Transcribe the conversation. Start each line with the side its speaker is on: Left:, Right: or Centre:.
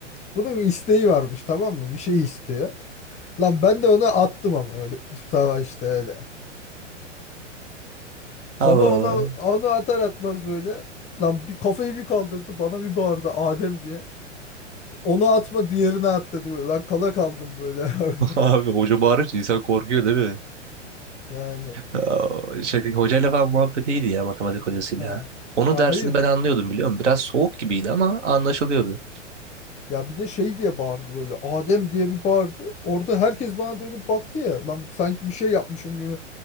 Left: Bunun isteği varmış tamam mı? Bir şey istiyor. Lan ben de ona attım ama <laughs> sabah işte öyle.
Right: Allah
Left: Sabah
Right: Allah.
Left: ona onu atar atmaz böyle. Lan bir kafayı bir kaldırdı bana bir bağırdı Adem diye. Onu atma diğerine at dedi böyle. Lan kala kaldım böyle <laughs> orada.
Right: <laughs> Abi hoca bağırınca insan korkuyor değil mi?
Left: Yani
Right: Aa, Şey, hocayla falan muhabbet iyiydi ya matematik hocasıyla.
Left: ha.
Right: Onun
Left: Ha,
Right: dersini
Left: hayır
Right: ben anlıyordum biliyor musun? Biraz soğuk gibiydi ama anlaşılıyordu.
Left: ya bir de şey diye bağırdı böyle Adem diye bir bağırdı. Orada herkes bana dönüp baktı ya. Lan sanki bir şey yapmışım gibi.